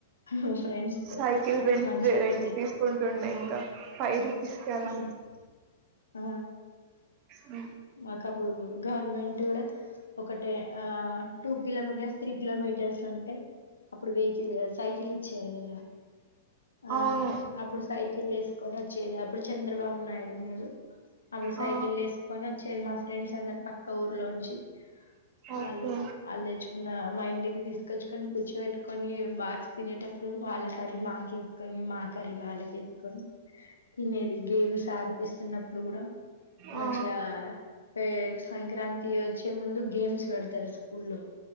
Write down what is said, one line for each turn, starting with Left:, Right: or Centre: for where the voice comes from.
Left: హ్హ్ హ్మ్ ఫ్రెండ్స్ తో
Right: సైకిల్ రెంట్
Left: మంచిగా
Right: రెంట్
Left: తిరిగి
Right: తీసుకుంటుండే ఇంకా ఫైవ్ రూపీస్ కి అలా
Left: మ్మ్. ఆహ
Right: మ్మ్
Left: మాకప్పుడు గవర్మెం ట్ కూడ ఒకటే ఆ టూ కిలోమీటర్స్, త్రీ కిలోమీటర్స్ ఉంటే అప్పుడు వెహికిల్ సైకిల్ ఇచ్చారు కదా, ఆ
Right: అవును
Left: అప్పుడు సైకిల్ వేస్ కొనిచ్చేద అప్పుడు చంద్రబాబు నాయుడు ఉన్నాడు అప్పుడు సైకిల్
Right: ఆ
Left: ఎ కొని వచ్చేది మా ఫ్రెండ్స్ అందరు పక్క ఊర్లోంచి, వాళ్ళు
Right: ఓకే
Left: వాళ్ళు తెచ్చుకున్న మా ఇంటికి తీసుకొచ్చుకొని కూర్చిట్టుకు కొని బక్ తినేటప్పుడు వాళ్ళ కర్రీ మాకేసుకొని, మా కర్రీ వాళ్ళక వేసుకొని, తినేది గేమ్స్ ఆడిపిస్తున్నప్పుడు కూడా
Right: ఆ
Left: మంచి అ ఎ సంక్రాంతి వచ్చే ముందు గేమ్ పెడతారు స్కూలో